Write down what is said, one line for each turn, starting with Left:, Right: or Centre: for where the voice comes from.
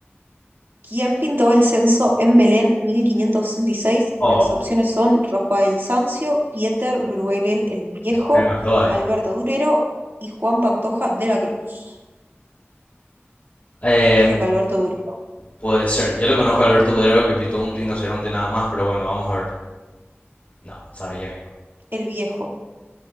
Right: ¿Quién pintó el censo en Belén mil quinientos sesenta Y seis?
Left: Oh,
Right: Y las opciones son Rafael Sanzio, Pieter Bruegel el Viejo,
Left: es que me mató ahí.
Right: Alberto Durero y Juan Pantoja de la Cruz.
Left: Em,
Right: Yo creo que Alberto Durero.
Left: puede ser. Yo le conozco a Alberto Durero que pitó un rinoceronte nada más, pero bueno, vamos a ver. No, sabía que no.
Right: El Viejo.